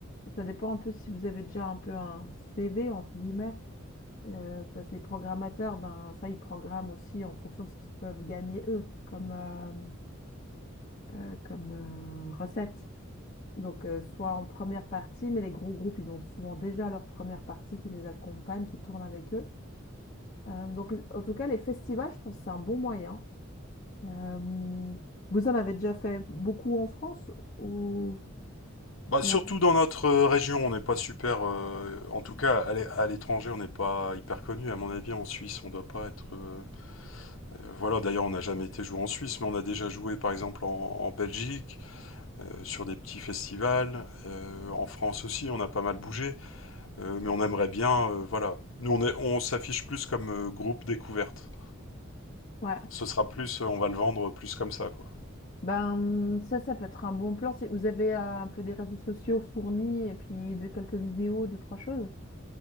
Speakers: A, on the left (about 40°); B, on the left (about 70°).
A: ça dépend un peu si vous avez déjà un peu un CV, entre guillemets, euh, parce que les programmateurs, ben, ça, ils programment aussi en fonction de ce qu'ils peuvent gagner eux comme, euh, euh, comme euh, recette. Donc, euh, soit en première partie, mais les gros groupes, ils ont souvent déjà leur première partie qui les accompagne, qui tourne avec eux. Euh, donc, l- en tout cas, les festivals, je pense que c'est un bon moyen. Euh, vous en avez déjà fait beaucoup en France ou...
B: Bah,
A: ou
B: surtout
A: en-
B: dans notre euh, région, on n'est pas super, euh, en tout cas à l'é- à l'étranger, on n'est pas hyper connu. À mon avis, en Suisse, on doit pas être. euh, Euh, voilà, d'ailleurs, on n'a jamais été joué en Suisse, mais on a déjà joué par exemple en, en Belgique, euh, sur des petits festivals, euh, en France aussi, on a pas mal bougé, euh, mais on aimerait bien, euh, voilà. Nous, on est- on s'affiche plus comme euh, groupe découverte.
A: Ouais.
B: Ce sera plus, euh, on va le vendre plus comme ça, quoi.
A: Ben, ça, ça peut être un bon plan. Si vous avez euh, un peu des réseaux sociaux fournis et puis de quelques vidéos, deux, trois choses.